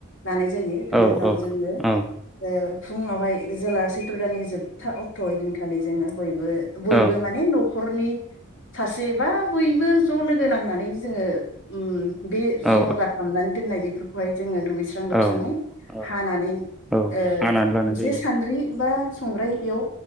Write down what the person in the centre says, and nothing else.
औ
औ
औ
औ
औ
औ औ
औ
हानानै लानाय
जायो